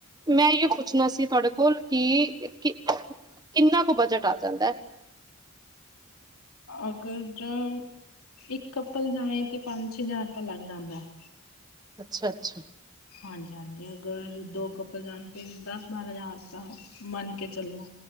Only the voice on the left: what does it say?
ਅਗਰ ਇੱਕ ਕੱਪਲ ਜਾਏ ਤੇ ਪੰਜ ਛੇ ਹਜ਼ਾਰ ਤਾਂ ਲੱਗ ਜਾਂਦਾ ਹੈ।
ਹਾਂਜੀ ਹਾਂਜੀ ਅਗਰ ਦੋ ਕਪਲ ਜਾਣ ਫੇਰ ਦਸ ਬਾਰਾਂ ਹਜ਼ਾਰ ਤਾਂ ਮੰਨ ਕੇ ਚਲੋ